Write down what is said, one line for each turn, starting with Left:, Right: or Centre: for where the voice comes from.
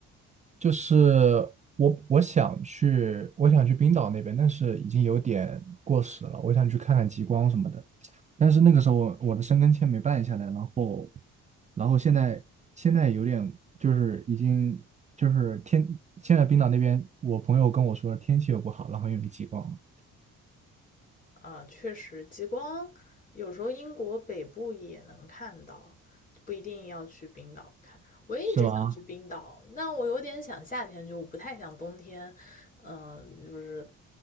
Right: 就是我，我想去，我想去冰岛那边，但是已经有点过时了。我想去看看极光什么的，但是那个时候我我的申根签没办下来，然后，然后现在现在有点就是已经就是天，现在冰岛那边我朋友跟我说天气又不好，然后又没极光，
Left: 呃，确实，极光有时候英国北部也能看到，不一定要去冰岛看。我也一直想去冰岛，
Right: 是吗？
Left: 但我有点想夏天去，我不太想冬天，嗯、就是